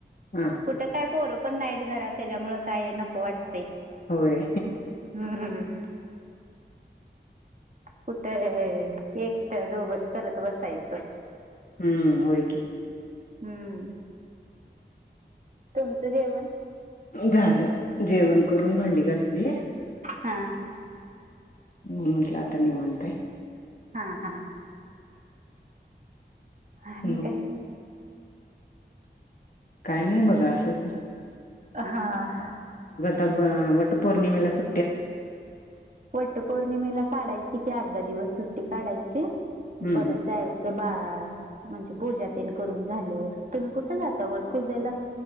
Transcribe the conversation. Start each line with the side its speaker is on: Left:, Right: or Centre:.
Left: हा
Right: कुटे काय पोरं पण नाहीत घरात तेज्यामुळे काय नको वाट ते
Left: होय
Right: हम्म कुठे, एक त दोघच करत बसायचं.
Left: हम्म होय की.
Right: हम्म तुमचं जेवण?
Left: झालं, जेवण करून भांडी घासलीय.
Right: हा
Left: हो म्हंटल आता नीवांताय.
Right: हां-हां आणि
Left: हम्
Right: काय
Left: काय नाही बघा असंच.
Right: हां
Left: तब वट पौर्णिमेला सु
Right: वट पौर्णिमेला काढायची की, अर्धा दिवस सुट्टी काढायची.
Left: हम्म
Right: परत जायचं बा -- हं म्हणजे पूजा तेण करून झाल्यावर तुम्ही कुठे जाता वट पूजेला?